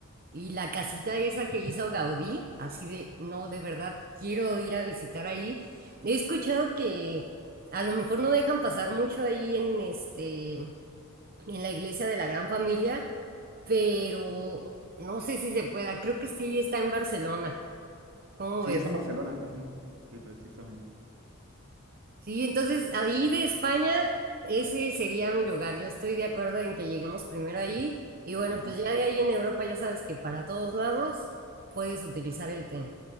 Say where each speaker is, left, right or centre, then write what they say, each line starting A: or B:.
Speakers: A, on the right; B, on the right.
A: Y la casita esa que hizo Gaudí, así de, no, de verdad, quiero ir a visitar ahí. He escuchado que a lo mejor no dejan pasar mucho ahí en este, en la iglesia de la Gran Familia, pero no sé si se pueda. Creo que sí está en Barcelona. ¿Cómo
B: sí,
A: ves?
B: es en Barcelona. ujú, Sí, precisamente.
A: Sí, entonces ahí de España, ese sería mi lugar. Yo estoy de acuerdo en que lleguemos primero ahí. Y bueno,
B: Ajá.
A: pues ya de ahí en Europa, ya sabes que para todos lados puedes utilizar el tren.